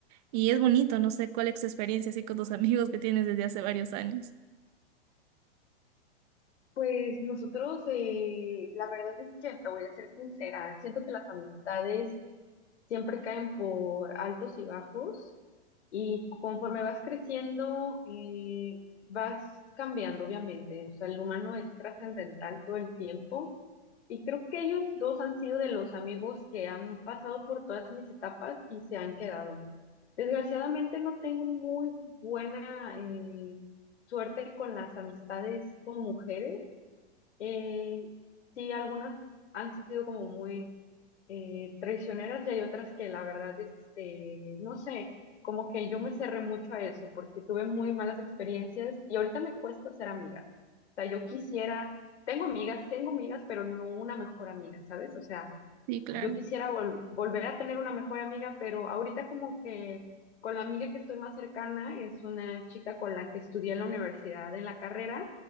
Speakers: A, on the right; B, on the left.
A: y es bonito, no sé cuál es tu experiencia así con tus <laughs> amigos que tienes desde hace varios años.
B: Pues nosotros, eh, la verdad es que te voy a ser sincera, siento que las amistades siempre caen por altos y bajos y conforme vas creciendo, eh, vas cambiando, obviamente. O sea, el humano es trascendental todo el tiempo y creo que ellos dos han sido de los amigos que han pasado por todas mis etapas y se han quedado. Desgraciadamente no tengo muy buena eh, suerte con las amistades con mujeres. Eh, sí, algunas han sido como muy eh, traicioneras y hay otras que la verdad, este, no sé, como que yo me cerré mucho a eso porque tuve muy malas experiencias y ahorita me cuesta ser amiga. O sea, yo quisiera, tengo amigas, tengo amigas, pero no una mejor amiga, ¿sabes? O sea,
A: Sí, claro.
B: yo quisiera vol- volver a tener una mejor amiga, pero ahorita como que con la amiga que estoy más cercana es una chica con la que estudié en la universidad, en la carrera,